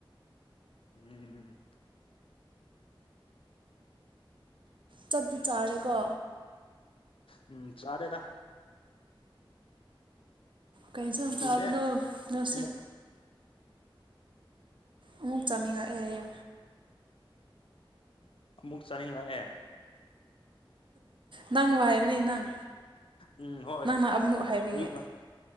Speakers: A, on the left (about 75°); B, on the right (about 65°).
A: ꯎꯝ
B: ꯆꯥꯛꯇꯤ ꯆꯥꯔꯦꯀꯣ
A: ꯎꯝ ꯆꯥꯔꯦꯗꯥ
B: ꯀꯩ ꯑꯦꯟꯁꯥꯡ
A: ꯀꯨꯏꯔꯦ
B: ꯆꯥꯕꯅꯣ ꯉꯁꯤ
A: ꯑꯃꯨꯛ
B: ꯑꯃꯨꯛ ꯆꯥꯅꯤꯡꯉꯛꯑꯦ ꯍꯥꯏꯌꯦ
A: ꯑꯃꯨꯛ ꯆꯥꯅꯤꯡꯂꯛꯑꯦ
B: ꯅꯪꯕꯨ ꯍꯥꯏꯕꯅꯦ ꯅꯪ
A: ꯎꯝ ꯍꯣꯏ
B: ꯅꯪꯅ ꯑꯃꯨꯛ ꯍꯥꯏꯕꯒꯤ
A: ꯑꯌꯨꯛ ꯉꯟ